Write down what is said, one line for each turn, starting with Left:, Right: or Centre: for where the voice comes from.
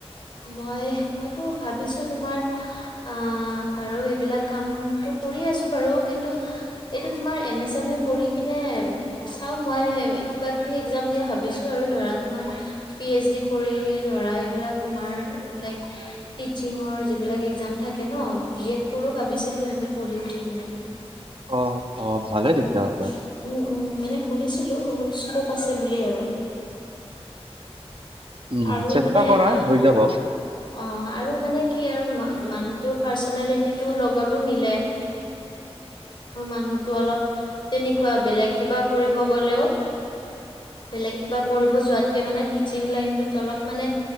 Left: মই মইতো ভাবিছো তোমাৰ আ বাৰু এইবিলাক কাম টো- কৰি আছো বাৰু কিন্তু এইটো তোমাৰ এম এছ এম এ পঢ়ি কিনে চাও মই কিবা কিবি একজাম দিয়া ভাবিছো আৰু ধৰা তোমাৰ পি এইচ ডি কৰি ধৰা এইবিলাক তোমাৰ লাইক টিচিঙৰ যিবিলাক এক্সাম থাকে ন, বি এড কৰো ভাবিছিলো এম - আমি পঢ়ি উঠি কিনে
Right: অ অ ভালে
Left: উম-
Right: তেতিয়াহ'লে
Left: উম - উম মানে শুনিছিলো বহুত স্কোপ আছে বুলি আৰু।
Right: উম
Left: আৰু
Right: চেষ্টা
Left: মানে
Right: কৰা
Left: আহ
Right: হৈ যাব।
Left: অ আৰু মানে কি আৰু মানুহটোৰ পাৰ্চনেলিটিটোৰ লগতো মিলে। ম মানুহতো অলপ তেনেকুৱা বেলেগ কিবা কৰিব গ'লেও বেলেগ কিবা কৰিব যোৱাতকে মানে তিছিং লাইনটোত অলপ মানে